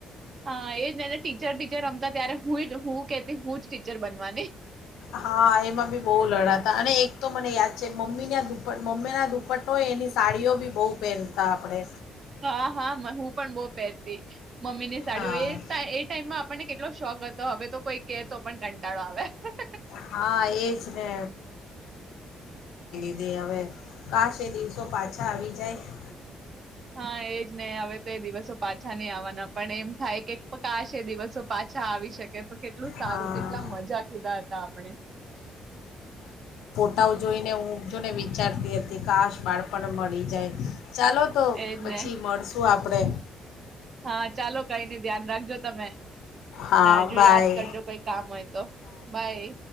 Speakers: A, on the right; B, on the left.
A: હા એ જ એને ટીચર-ટીચર રમતા ત્યારે <unintelligible> હું-હું કેતી હું જ ટીચર બનવાની.
B: હા, એમાં ભી બહુ લડાતી હતા અને એક તો મને યાદ છે મમ્મીના દુપટ્ટો મમ્મીના દુપટ્ટોય એની સાડીઓ ભી બહુ પહેરતા આપણે
A: હા, હા મન હું પણ બહુ પહેરતી. મમ્મીની સાડીઓ
B: હા
A: એ-એ ટાઈમમાં આપણને કેટલો શોખ હતો, હવે તો કોઈ કે તો પણ કંટાળો આવે. હાં-હાં.
B: હા એ જ ને એ હવે કાશ એ દિવસો પાછા આવી જાય.
A: હા એજ હ હવે તો એ દિવસો પાછા નહી આવવાના પણ એમ થાય કે કાશ એ દિવસો પાછા આવી શકે તો કેટલું સારું
B: હા
A: કેટલા મજા કીધા હતા આપણે
B: ટા જોઈને હું જોને વિચારતી હતી કે કાશ બાળપણ મળી જાય. ચાલો, તો
A: એજ
B: પછી
A: ને
B: મળશું આપણે.
A: હા ચાલો, કઈ નઈ ધ્યાન રાખજો તમે.
B: હા
A: ના જો
B: બાય
A: યાદ કરજો કોઈ કામ હોય તો, બાય.